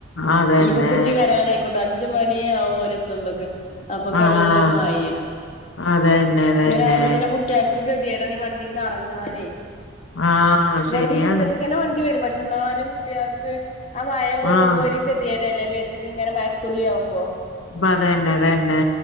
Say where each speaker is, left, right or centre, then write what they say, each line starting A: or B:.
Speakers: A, on the left; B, on the left.
A: അതന്നെ
B: ഇനിയിപ്പോകുട്ടി വരാന ട്ട് അഞ്ചുമണിയാവു ഓല് എത്തുമ്പക്ക്.
A: ആഹ്
B: അപ്പൊക്കെ നല്ല
A: ആഹ്
B: മഴയാണ്
A: അതന്നെ അതന്നെ
B: ഇങ്ങനെ ആകുമ്പ തന്നെ കുട്ട്യാ ൾക്ക് ഗതിയടാണീ വണ്ടീന്ന് അ റങ്ങാനേ
A: ആഹ്
B: ഇവിടന്ന്
A: ശരിയാണ്
B: മുറ്റത്ത്ക്കനെ വണ്ടി വരും പ ന്നാലും കുട്ടാൾക്ക് ആ മയ കൊള്ളുമ്പോ
A: ആഹ്
B: ഒരു കെദ്യേടല്ലേ മേ ഇത്ങ്ങനെ മയത്തുള്ളി ആവു മ്പോ
A: അപ്പ അതന്നെ അതന്നെ